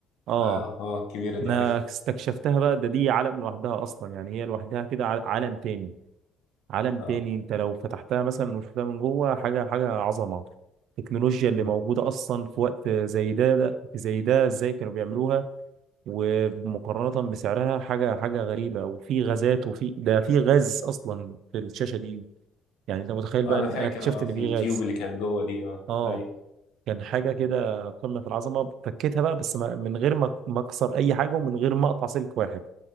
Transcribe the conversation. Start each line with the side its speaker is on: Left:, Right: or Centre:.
Right: اه
Left: اه اه كبيره دي
Right: انا
Left: عارفها
Right: استكشفتها بقى ده دي عالم لوحدها اصلا يعني هي لوحدها كده ع- عالم تاني عالم
Left: اه
Right: تاني انت لو فتحتها مثلا وشفتها من جوه حاجه حاجه عظمه التكنولوجيا اللي
Left: مم.
Right: موجوده اصلا في وقت زي ده, ده زي ده ازاي كانوا بيعملوها ومقارنه بسعرها حاجه حاجه غريبه وفي غازات وفي ده في غاز اصلا في الشاشه دي يعني انت متخيل بقى
Left: آه، انا
Right: ان
Left: فاكر
Right: انا اكتشفت
Left: اه
Right: ان
Left: في
Right: في
Left: التيوب
Right: غاز
Left: اللي كانت جوه دي اه
Right: اه
Left: ايوه
Right: كان حاجة
Left: مم.
Right: كده قمة في العظمة فكيتها بقى بس ما- من غير ما ما أكسر أي حاجة ومن غير ما أقطع سلك واحد